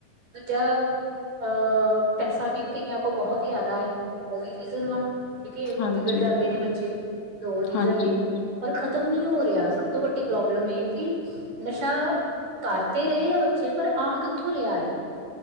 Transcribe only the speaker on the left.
ਹਾਂਜੀ,
ਹਾਂਜੀ,
ਹਾਂਜੀ